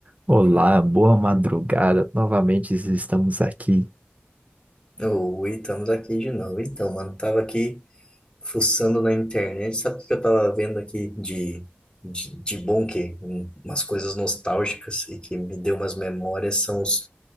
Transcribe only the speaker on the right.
Olá, boa madrugada. Novamente estamos aqui.